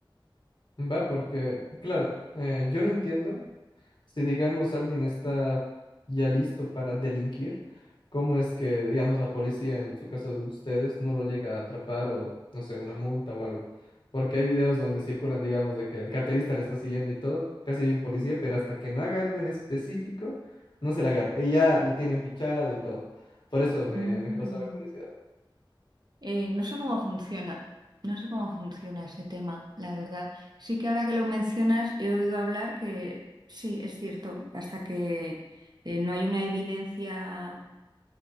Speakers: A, on the left; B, on the right.
A: Va, porque, claro, eh, yo no entiendo Si digamos alguien está ya listo para delinquir, ¿cómo es que, digamos, la policía, en su caso de ustedes, no lo llega a atrapar o, no sé, una multa o algo? Porque hay videos donde circulan, digamos, de que el carterista le está siguiendo y todo, casi hay un policía, pero hasta que no haga algo en específico, no se la agarra. Y ya lo tienen fichado y todo. Por eso me,
B: Mm.
A: me causaba curiosidad.
B: Eh, no sé cómo funciona, no sé cómo funciona ese tema, la verdad. Sí que ahora que lo mencionas he oído hablar que sí, es cierto, hasta que eh, no hay una evidencia,